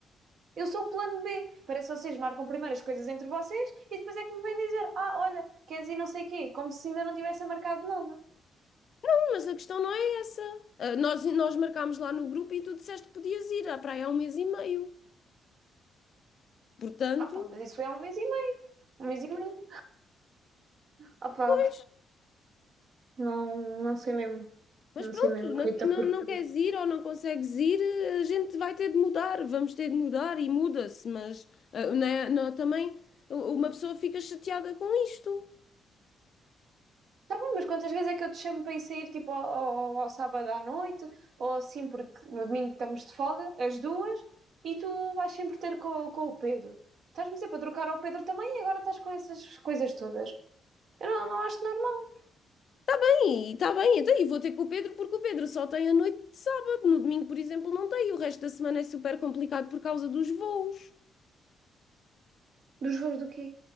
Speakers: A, on the right; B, on the left.
A: Eu sou o plano B. Parece que vocês marcam primeiro as coisas entre vocês e depois é que me vêm dizer: Ah, olha, queres ir não sei o quê, como se ainda não tivessem marcado nada.
B: Não, Mas a questão não é essa. Ah, Nós, nós marcámos lá no grupo e tu disseste que podias ir à praia há um mês e meio. Portanto,
A: Ah pá, mas isso foi há um mês e meio. Um mês e meio. Ah pá,
B: pois.
A: não, não sei mesmo.
B: Mas
A: Não
B: pronto,
A: sei mesmo,
B: não,
A: Rita,
B: não,
A: porque.
B: não queres ir ou não consegues ir, a gente vai ter de mudar, vamos ter de mudar e muda-se, mas ah, não é- não, também uma pessoa fica chateada com isto.
A: Tá bem, mas quantas vezes é que eu te chamo para ir sair tipo ao, ao- ao sábado à noite ou assim, porque no domingo estamos de folga, as duas, e tu vais sempre ter com, com o Pedro. Estás-me sempre a trocar ao Pedro também e agora estás com essas coisas todas. Eu não, não acho normal.
B: E está bem, então e vou ter com o Pedro porque o Pedro só tem a noite de sábado, no domingo, por exemplo, não tem, e o resto da semana é super complicado por causa dos voos.
A: Dos voos do quê?